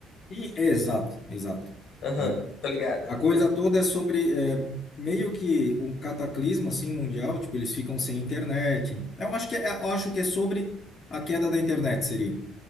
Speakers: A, on the left (about 45°); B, on the left (about 70°).
A: e- é, Exato, exato,
B: Aham,
A: né?
B: tô ligada.
A: A coisa toda é sobre é, meio que um cataclismo, assim, mundial, tipo, eles ficam sem internet. Eu acho que é, eu acho que é sobre a queda da internet, seria.